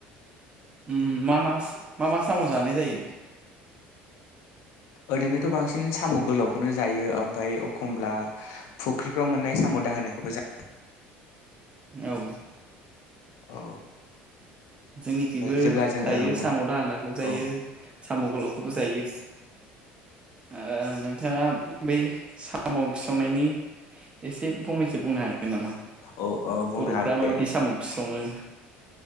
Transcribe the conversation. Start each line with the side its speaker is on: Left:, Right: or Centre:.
Right: उम मा मास मा मा साम जानाय जायो।
Left: ओरैनोथ बांसिन साम गोलावखौनो जायो ओमफ्राय अखमब्ला फुख्रिफ्राव मोननाय साम' दा दानायखौबो जा
Right: औ।
Left: औ
Right: जोंनिखिबो
Left: जेब्ला जोङो
Right: जायो साम' दाहोनाखौबो जायो।
Left: औ
Right: साम' गोलावखौबो जायो। ओ नोंथाङा बै साम' ओंख्रि संनायनि एसे फंनैसो बुंनो हागोन नामा
Left: औ औ बुंनो
Right: बर'फ्रा
Left: हागोन
Right: माबायदि
Left: दे
Right: साम' ओंख्रि सङो।